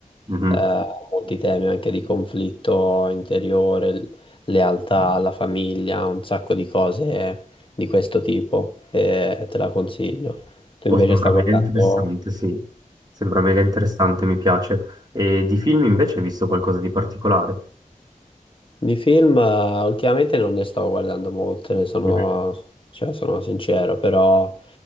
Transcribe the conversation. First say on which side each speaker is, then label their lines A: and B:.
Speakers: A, on the right; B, on the left.
A: Mhm.
B: eh, molti temi anche di conflitto interiore, l- lealtà alla famiglia, un sacco di cose di questo tipo e te la consiglio. Tu
A: Boh,
B: invece
A: sembra
B: stai
A: mega
B: guardando
A: interessante, sì. Sembra mega interessante, mi piace. E di film invece hai visto qualcosa di particolare?
B: di film, eh, ultimamente non ne sto guardando molte, ne sono,
A: Mhm.
B: cioè, sono sincero, però